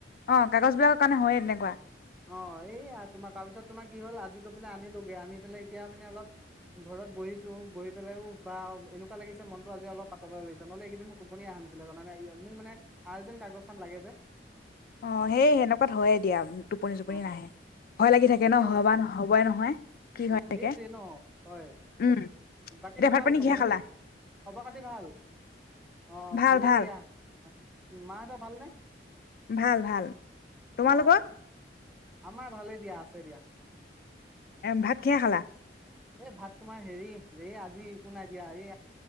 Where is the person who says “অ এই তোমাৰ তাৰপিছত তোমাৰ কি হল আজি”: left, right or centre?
Centre